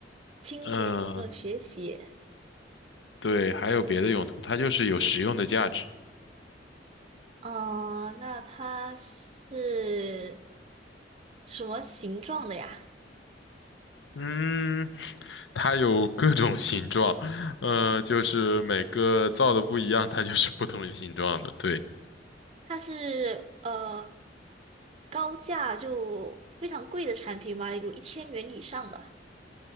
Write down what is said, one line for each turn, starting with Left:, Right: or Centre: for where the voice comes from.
Right: 清洁、
Left: 嗯、
Right: 娱乐学习。
Left: 对，还有别的用途，它就是有实用的价值。
Right: 嗯、那它是什么形状的呀？
Left: 嗯，<sucks teeth> 它有各种形状，呃，就是每个造的不一样，它就是不同形状的。对，
Right: 它是呃高价就非常贵的产品吗？有一千元以上的？